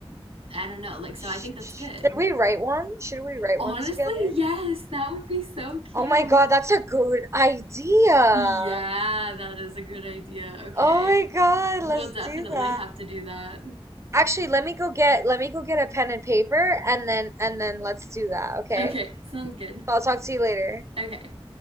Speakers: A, on the right; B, on the right.
A: I don't know, like
B: Sh-
A: so I think that's
B: sh-
A: good.
B: Should we write one? Should we write
A: Honestly,
B: one together?
A: yes, that would be so cute.
B: Oh my God, that's a good idea.
A: Yeah, that is a good idea. Okay.
B: Oh my God,
A: We'll
B: let's
A: definitely
B: do that.
A: have to do that.
B: Actually, let me go get let me go get a pen and paper and then and then let's do that, okay?
A: Okay, sounds good.
B: I'll talk to you later.
A: Okay.